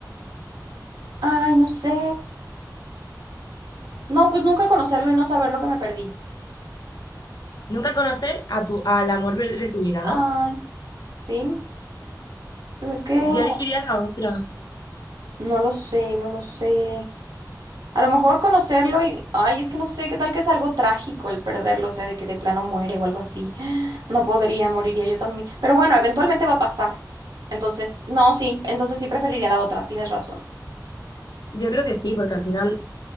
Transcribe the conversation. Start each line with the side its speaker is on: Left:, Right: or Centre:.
Right: Ay, no sé. No, pues nunca conocerlo y no saber lo que me perdí.
Left: Nunca conocer a tu, al amor ver- de tu vida,
Right: Ay,
Left: ¿no?
Right: sí, pues es que
Left: Yo elegiría la otra.
Right: no lo sé, no lo sé. A lo mejor conocerlo y, ay, es que no sé, qué tal que es algo trágico el perderlo, o sea, de que de plano muere o algo así. <gasps> No podría, moriría yo también. Pero bueno, eventualmente va a pasar. Entonces, no, sí, entonces sí preferiría la otra, tienes razón.
Left: Yo creo que sí, porque al final